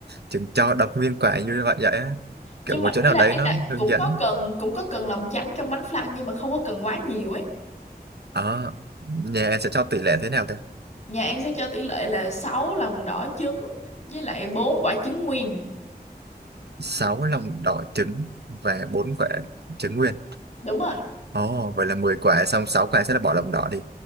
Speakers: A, on the right; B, on the left.
A: trường cho đập nguyên quả như vậy vậy á.
B: nhưng
A: kiểu
B: mà
A: một chỗ
B: ý
A: nào
B: là
A: đấy
B: ý
A: nó
B: là
A: hướng
B: cũng
A: dẫn
B: có cần cũng có cần lòng trắng trong bánh flan nhưng mà không có cần quá nhiều ấy
A: ờ nhà em sẽ cho tỷ lệ thế nào thế
B: nhà An sẽ cho tỷ lệ là 6 lòng đỏ trứng với lại 4 quả trứng nguyên
A: sáu lòng đỏ trứng và bốn quả trứng nguyên
B: đúng rồi
A: ồ vậy là mười quả xong 6 quả sẽ là bỏ lòng đỏ đi